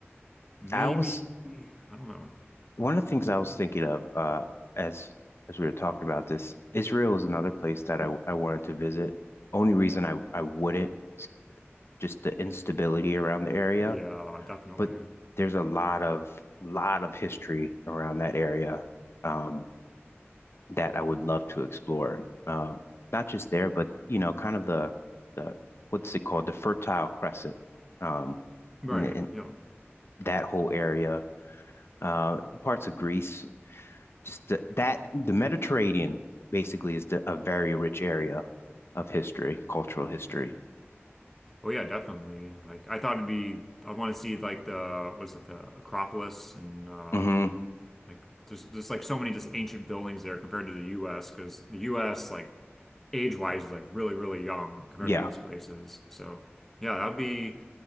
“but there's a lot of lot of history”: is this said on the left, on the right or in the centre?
Left